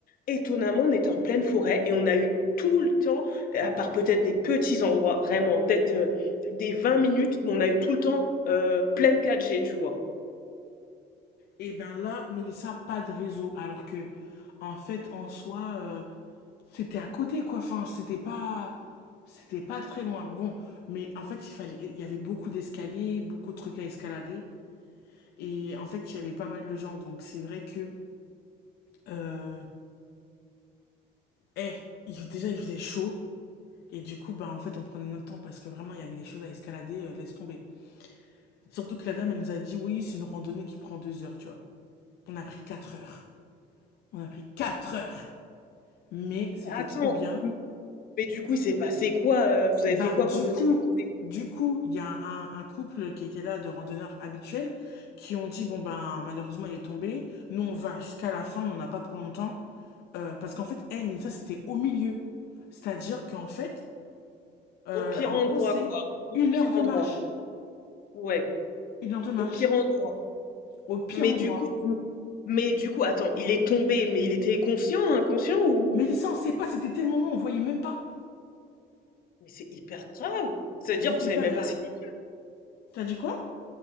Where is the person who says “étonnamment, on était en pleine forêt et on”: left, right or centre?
Left